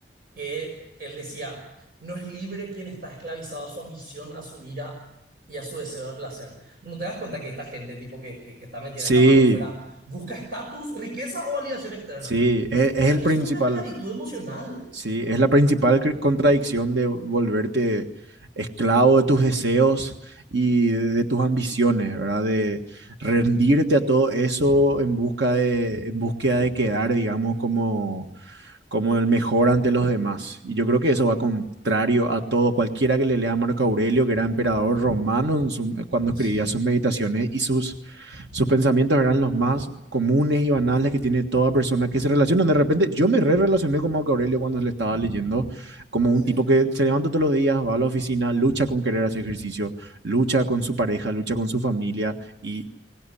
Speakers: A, on the right; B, on the right.
A: que él decía, no es libre quien está esclavizado a su ambición, a su ira y a su deseo de placer. ¿No te das cuenta que esta gente tipo que, que, que está metida
B: Sí,
A: en esta manósfera busca estatus, riqueza o validación externa?
B: sí, es, es
A: O sea,
B: el
A: es
B: principal,
A: una esclavitud emocional.
B: sí, es la principal cr- contradicción de volverte esclavo de tus deseos y de, de tus ambiciones, ¿verdad? De rendirte a todo eso en busca de, en búsqueda de quedar, digamos, como como el mejor ante los demás. Y yo creo que eso va contrario a todo. Cualquiera que le lea a Marco Aurelio, que era emperador romano en su, cuando
A: Sí.
B: escribía sus meditaciones y sus, sus pensamientos eran los más comunes y banales que tiene toda persona que se relaciona. De repente, yo me re relacioné con Marco Aurelio cuando le estaba leyendo, como
A: Sí.
B: un tipo que se levanta todos los días, va a la oficina, lucha con querer hacer ejercicio, lucha con su pareja, lucha con su familia y